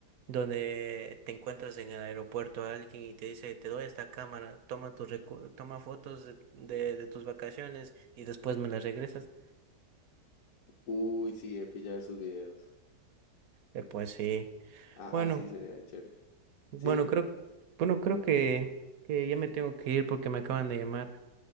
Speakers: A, on the right; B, on the left.
A: donde te encuentras en el aeropuerto a alguien y te dice, te doy esta cámara, toma tus recu- toma fotos de, de, de tus vacaciones y después me las regresas.
B: Uy, sí, he pillado esos videos.
A: Eh, pues sí.
B: Ah,
A: Bueno,
B: así sería chévere.
A: bueno,
B: Sí, dime.
A: creo, bueno, creo que, que ya me tengo que ir porque me acaban de llamar.